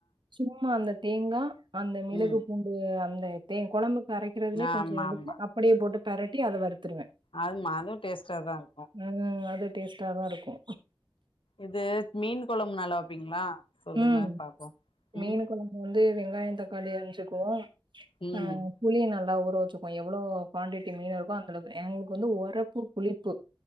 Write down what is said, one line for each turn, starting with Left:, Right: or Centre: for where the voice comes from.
Right: சும்மா அந்த தேங்கா அந்த மிளகு
Left: ம்
Right: பூண்டு அந்த தே கொழம்புக் அரைக்கறதுலயே
Left: ஆமா
Right: கொஞ்ச எடுத்து
Left: ஆமா
Right: அப்படியே போட்டு பெரட்டி அத வருறுத்துருவே
Left: அது மாது டேஸ்ட்டாதாருக்கு
Right: ம் அது டேஸ்டா தா இருக்கு
Left: இது மீன் கொழம்பு நல்லா வப்பீங்ளா சொல்லுங்க
Right: ம்
Left: பாப்போ
Right: மீன்
Left: ம்
Right: கொழம்பு வந்து வெங்காய தக்காளி அறிஞ்சுக்குவோ
Left: ம்
Right: ஆ புளிய நல்லா ஊற வச்சுக்குவோ எவ்ளோ குவான்டிட்டி மீன் இருக்கோ அந்தளவுக்கு எங்களுக்கு வந்து ஒரப்பு புளிப்பு